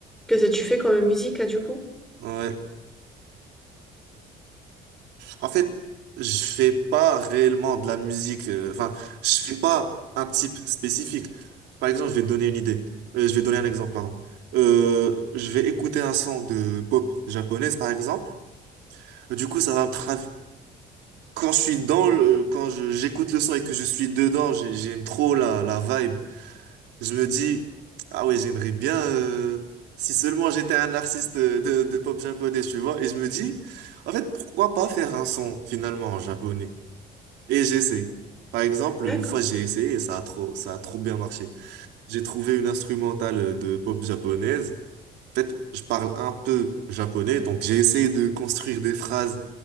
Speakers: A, in the centre; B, on the right.
A: Qu'est-ce que tu fais comme musique, là, du coup?
B: Ouais. En fait, je fais pas réellement de la musique euh, enfin, je fais pas un type spécifique. Par exemple, je vais te donner une idée. Euh, je vais donner un exemple, pardon. Euh, je vais écouter un son de pop japonaise par exemple. Du coup, ça va me tra- Quand je suis dans le... quand je- j'écoute le son et que je suis dedans, j'ai- j'aime trop la, la vibe. Je me dis, ah ouais, j'aimerais bien, euh, si seulement j'étais un artiste de, de pop japonais, tu vois. Et je me dis, en fait, pourquoi pas faire un son, finalement, en japonais? Et j'essaye. Par exemple,
A: D'accord.
B: une fois, j'ai essayé et ça a trop, ça a trop bien marché. J'ai trouvé une instrumentale de pop japonaise. En fait, je parle un peu japonais, donc j'ai essayé de construire des phrases